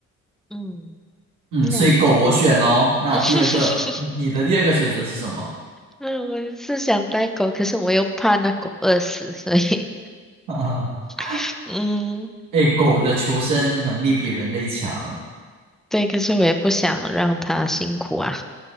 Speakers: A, in the centre; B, on the right.
A: 嗯，
B: 嗯，
A: 那
B: 所以狗我选咯。那第二个，
A: <laughs>。
B: 你的第二个选择是什么？
A: 嗯，我是想带狗，可是我又怕那狗饿死，所以，
B: <laughs>
A: <laughs> 嗯，
B: 哎狗的求生能力比人类强
A: 对，可是我也不想让它辛苦啊。